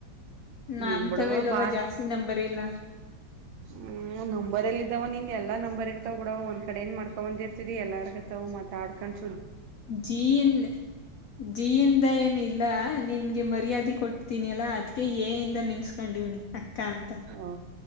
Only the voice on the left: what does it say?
ನಮ್ತವ
ಇಲ್ಲವ
ಜಾಸ್ತಿ ನಂಬರ್ ಇಲ್ಲ
ಜೀನ್ ಜೀಿಯಿಂದ ಏನಿಲ್ಲ ನಿನ್ಗೆ ಮರ್ಯಾದೆ ಕೊಡ್ತೀನಿ ಅಲ್ಲಾ ಅದ್ಕ ಏಯಿಂದ ನೆನ್ಸ್ಕೊಂಡಿವ್ನಿ ಅಂತ